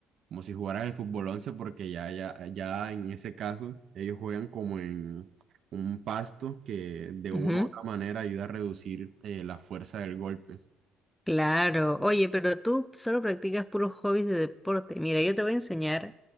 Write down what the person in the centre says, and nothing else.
ujú,
Claro, oye, pero tú solo practicas puros hobbies de deporte. Mira, yo te voy a enseñar